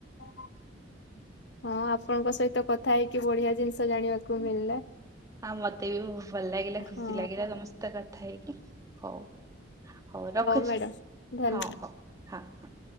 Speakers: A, on the left; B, on the right.
A: ହଁ ଆପଣଙ୍କ ସହିତ କ ଥାଇକି ବଢିଆ ଜିନିଷ ଜାଣିବାକୁ ମିଳିଲା।
B: ଆଁ ମତେ ବି ବହୁତ୍ ଭଲ ଲାଗିଲା ଖୁସି
A: ହଁ
B: ଲାଗିଲା ତମ ସହିତ କଥା ହେଇକି ହଉ। ହଉ ରଖୁଛି
A: ମ୍ୟାଡାମ ଧନ୍ୟବାଦ।
B: ହଁ ହଉ।